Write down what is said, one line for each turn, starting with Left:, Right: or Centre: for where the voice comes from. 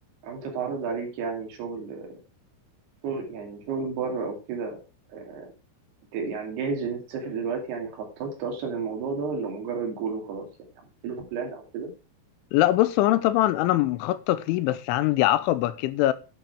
Right: أو انت تعرض عليك يعني شغل شغل يعني شغل بره او كده آه، ت- يعني جاهز ان انت تسافر دلوقتي يعني خططت اصلا للموضوع ده ولا مجرد جول وخلاص يعني عملت له بلان او كده
Left: لا بص هو انا طبعا انا مخطط ليه بس عندي عقبة كده